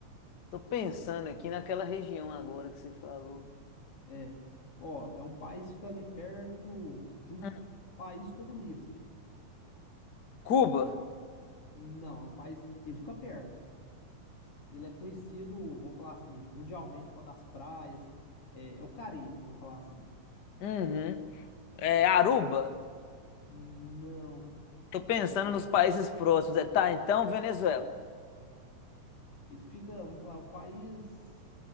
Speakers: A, on the left (about 75°); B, on the left (about 50°).
A: Tô pensando aqui naquela região agora que você falou.
B: É. Ó, é um país que fica ali perto de um
A: Hum.
B: país comunista.
A: Cuba.
B: Não, é um país. Ele fica perto. Ele é conhecido, vamos falar assim, mundialmente por causa das praias. É, é o Caribe, vamos falar assim.
A: Uhum. É, Aruba.
B: Não. Como
A: Tô pensando
B: é que eu vou-
A: nos países próximos. É, tá, então Venezuela.
B: Ele fica, vamos falar, um país.